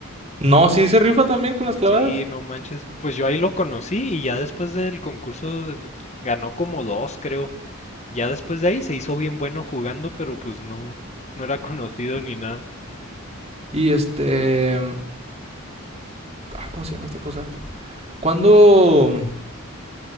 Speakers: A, on the right; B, on the left.
A: No, sí se rifa también con las clavadas.
B: Sí, no manches. Pues yo ahí lo conocí y ya después del concurso ganó como dos, creo. Ya después de ahí se hizo bien bueno jugando, pero pues no, no era conocido ni nada.
A: Y este, ah, ¿cómo se llama esta cosa? ¿Cuándo?